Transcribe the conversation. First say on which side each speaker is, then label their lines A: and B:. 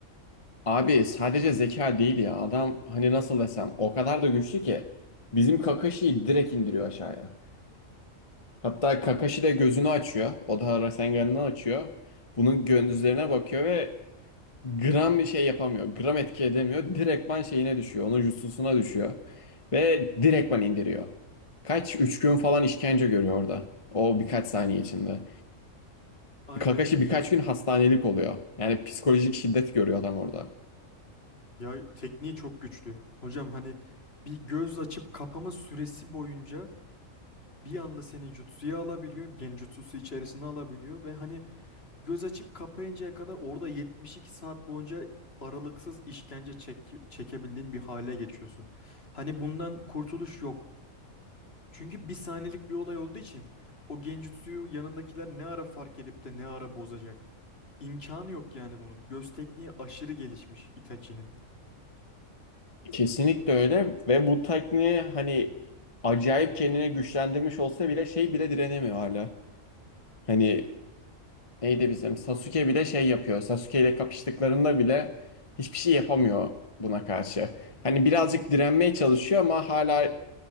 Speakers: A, on the left; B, on the left.
A: Abi sadece zeka değil ya. Adam hani nasıl desem o kadar da güçlü ki bizim Kakashi'yi direkt indiriyor aşağıya. Hatta Kakashi de gözünü açıyor. O da Rasengan'ını açıyor. Bunun gözlerine bakıyor ve gram bir şey yapamıyor. Gram etki edemiyor. Direktman şeyine düşüyor. Onun jutsusuna düşüyor. Ve direktman indiriyor. Kaç? Üç gün falan işkence görüyor orada. O birkaç saniye içinde.
B: Aynen.
A: Kakashi birkaç
B: Ya
A: gün hastanelik oluyor. Yani psikolojik şiddet görüyor adam orada.
B: ya tekniği çok güçlü. Hocam hani bir göz açıp kapama süresi boyunca bir anda seni jutsuya alabiliyor, genjutsusu içerisine alabiliyor ve hani Göz açıp kapayıncaya kadar orada 72 saat boyunca aralıksız işkence çek çekebildiğin bir hale geçiyorsun. Hani bundan kurtuluş yok. Çünkü bir saniyelik bir olay olduğu için o genjutsuyu yanındakiler ne ara fark edip de ne ara bozacak. İmkanı yok yani bunun. Göz tekniği aşırı gelişmiş Itachi'nin.
A: Kesinlikle öyle ve bu tekniği hani acayip kendine güçlendirmiş olsa bile şey bile direnemiyor hala. Hani neydi bizim Sasuke bile şey yapıyor. Sasuke ile kapıştıklarında bile hiçbir şey yapamıyor buna karşı. Hani birazcık direnmeye çalışıyor ama hala